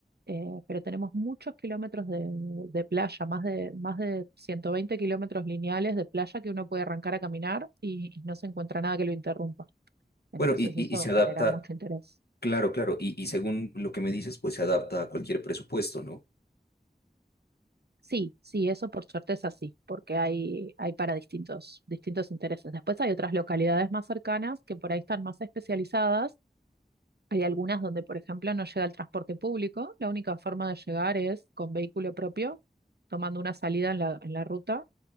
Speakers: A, on the right; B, on the left.
A: eh, pero tenemos muchos kilómetros de, de playa, más de, más de 120 kilómetros lineales de playa que uno puede arrancar a caminar y y no se encuentra nada que lo interrumpa. Entonces
B: Bueno, y,
A: eso
B: y- y se adapta,
A: genera mucho interés.
B: claro, claro, y, y según lo que me dices, pues se adapta a cualquier presupuesto, ¿no?
A: Sí, sí, eso por suerte es así, porque hay, hay para distintos, distintos intereses. Después hay otras localidades más cercanas que por ahí están más especializadas. Hay algunas donde, por ejemplo, no llega el transporte público. La única forma de llegar es con vehículo propio, tomando una salida en la, en la ruta.